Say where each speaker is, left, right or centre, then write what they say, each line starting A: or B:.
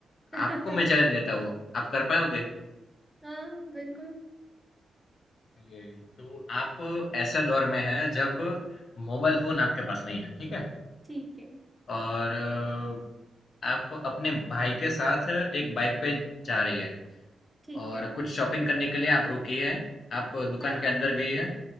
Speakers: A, in the centre; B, on the left.
A: <laughs>
B: आपको मैं चैलेंज देता हूँ आप कर पाओगे
A: हाँ बिल्कुल
B: चलिए तो आप ऐसे दौर में है जब मोबाइल फोन आपके पास नहीं है ठीक है
A: ठीक है
B: और अ, आप अपने भाई के साथ एक बाइक पे जा रही है
A: ठीक
B: और
A: है
B: कुछ शॉपिंग करने के लिए आप रुकी है आप दुकान
A: हाँ
B: के अंदर गई है